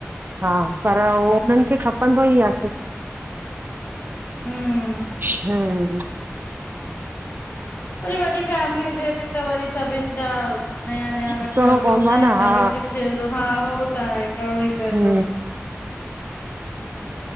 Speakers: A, on the right; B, on the left.
A: हा, पर उननि खे खपंदो ई आ
B: हम
A: हम
B: वरी वॾी फैमिली हुजे थी त वरी सभिनि जा नया नया
A: ॾिसणो
B: नखरा
A: पवंदो
B: बि हूंदा
A: आहे
B: आहिनि
A: न हा
B: सभिनि खे, हा हो त आहे करिणो ई पवंदो
A: हम्म